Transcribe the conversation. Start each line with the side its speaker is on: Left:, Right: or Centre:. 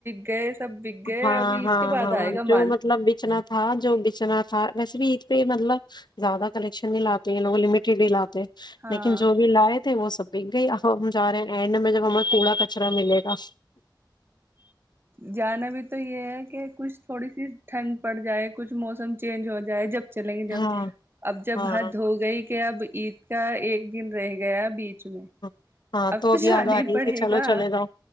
Right: گیس سب بک گئے
Left: ہاں
Right: ابھی
Left: ہاں
Right: ات کے بعد
Left: ہاں
Right: آئے گا
Left: جو
Right: مال
Left: مطلب بیچنا تھا جو بچنا تھا ویسے بھی عید پہ مطلب زیادہ کنیکشن نہیں لاتے یہ لوگ لمیٹیڈ ہی لاتے
Right: ہاں
Left: لیکن جو بھی لائے تھے وہ سب بھی گئی ہم جا رہے ہیں اینڈ میں ہمیں کوڑا کچرا ملے گا
Right: جانا بھی تو تو یہ ہے کہ کچھ تھوڑی سی ٹھنڈ پڑ جائے کچھ موسم چینج ہو جائے جب چلیں گے جب
Left: ہاں
Right: اب جب
Left: ہاں
Right: حد ہو گئی کہ اب عید کا ایک دن رہ گیا بیچ چ میں
Left: ہاں ہاں
Right: اب
Left: تو ابھی
Right: جانا
Left: یاد آ
Right: ہی
Left: رہی
Right: پڑے
Left: ہے کہ چلو
Right: گا
Left: چلے جاؤ